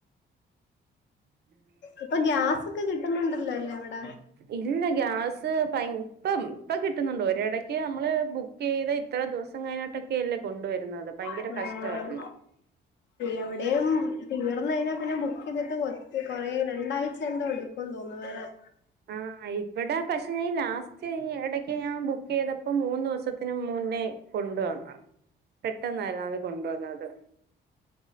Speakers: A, on the right; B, on the left.
A: <unintelligible>
B: ഇപ്പൊ ഗ്യാസൊക്കെ കിട്ടുന്നുണ്ടല്ലോ ല്ലേ അവിട?
A: ഇല്ല ഗ്യാസ് പയ് ഇപ്പം ഇപ്പ കിട്ടുന്നുണ്ട്. ഒരെടക്ക് നമ്മള് ബു ക്കെയ്താ ഇത്ര ദിവസം കഴിഞ്ഞിട്ടൊക്കെയല്ലേ കൊണ്ടുവരുന്നത്. ഭയങ്കര
B: ആഹ്
A: കഷ്ടവായിരുന്ന്.
B: എവിടെയും തീർന്ന് കഴിഞ്ഞാൽ പിന്നെ ബുക്ക് ചെയ്തിട്ട് കൊ കൊറെ രണ്ടാഴ്ച എന്തോ എടുക്കുംന്ന് തോന്ന് വെരാൻ.
A: ആഹ് ഇവിടെ പക്ഷെ ലാസ്റ്റ് ഈ ഇടക്ക് ഞാൻ ബുക്ക് ചെയ്തപ്പം മൂന്ന് ദിവസത്തിന് മുന്നേ കൊണ്ടുവന്ന പെട്ടെന്നായിരുന്നു അത് കൊണ്ട് വന്നത്.